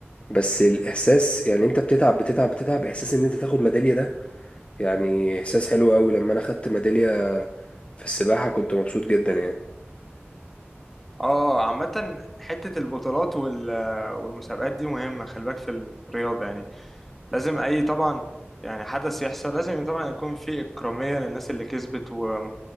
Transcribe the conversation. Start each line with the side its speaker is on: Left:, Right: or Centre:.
Left: بس الاحساس يعني انت بتتعب بتتعب بتتعب احساس ان انت تاخد ميداليه ده يعني احساس حلو قوي لما انا خدت ميدالية في السباحة كنت مبسوط جدا يعني
Centre: اه عامة حتة البطولات وال... والمسابقات دي مهمة خلي بالك في الرياضة يعني لازم أي طبعا يعني حدث يحصل لازم طبعا يكون في إكرامية للناس اللي كسبت و...